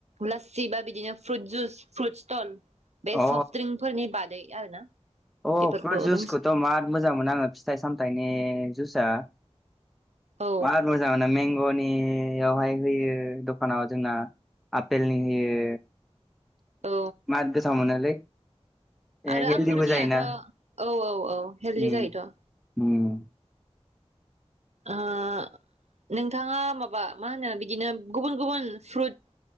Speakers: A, on the right; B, in the centre.
A: लाससि बा बिदिनो फ्रुइट जुस फ्रुइट स्टल बे
B: अ
A: सफ्ट ड्रिंकफोरनि बादै आरो ना।
B: अ
A: बेफोरखौ
B: फ्रुइट जुसखौथ'
A: लोंसि
B: माद मोजां मोनो आङो फिथाइ सामथाइनि जुसआ
A: औ
B: मार मोजांआनो मेंग'नियावहाय होयो दखानाव जोंना आफेलनि होयो
A: औ।
B: मार गोथाव मोनोलै ए
A: आरो
B: हेलदिबो
A: आंगुरनियाथ'
B: जायोना
A: औ औ औ हेल्दि
B: उम
A: जायोथ'।
B: उम
A: ओ नोंथाङा माबा मा होनो बिदिनो गुबुन गुबुन फ्रुट